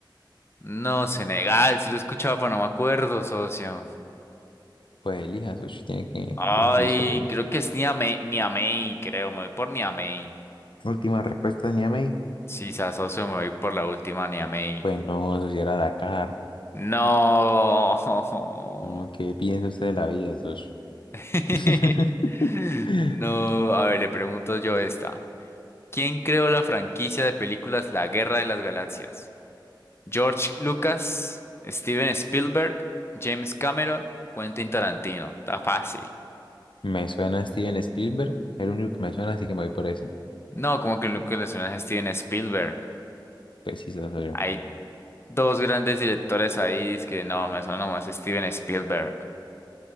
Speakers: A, on the left (about 30°); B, on the left (about 80°).
A: No, Senegal, si lo escuchaba, pero no me acuerdo, socio.
B: Pues elija, socio, tiene que
A: Ay,
B: decidirse por
A: creo que es Niamey, Niamey, creo, me voy por Niamey.
B: última respuesta de Niamey.
A: Sí, sa, socio, me voy por la última Niamey.
B: Pues no, socio, era Dakar.
A: No.
B: No, ¿qué piensa usted de la vida, socio?
A: <laughs>
B: <laughs>
A: No, a ver, le pregunto yo esta. ¿Quién creó la franquicia de películas La Guerra de las Galaxias? George Lucas, Steven Spielberg, James Cameron, Quentin Tarantino. Está fácil.
B: Me suena Steven Spielberg, es el único que me suena, así que me voy por ese.
A: No, como que lo que le suena es Steven Spielberg.
B: Pues sí, eso soy yo.
A: Hay dos grandes directores ahí, es que no, me suena nomás Steven Spielberg.